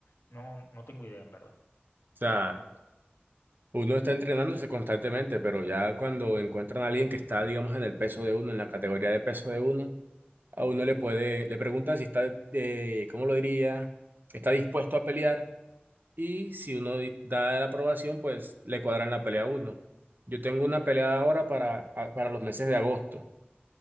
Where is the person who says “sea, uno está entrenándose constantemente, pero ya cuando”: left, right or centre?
Right